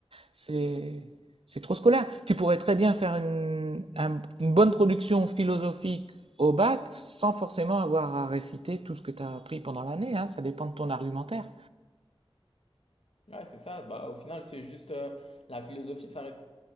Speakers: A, on the right; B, on the left.
A: C'est c'est trop scolaire. Tu pourrais très bien faire une, un- une bonne production philosophique au bac sans forcément avoir à réciter tout ce que tu as appris pendant l'année, hein. Ça dépend de ton argumentaire.
B: Ouais, c'est ça. Bah, au final, c'est juste euh, la philosophie, ça reste...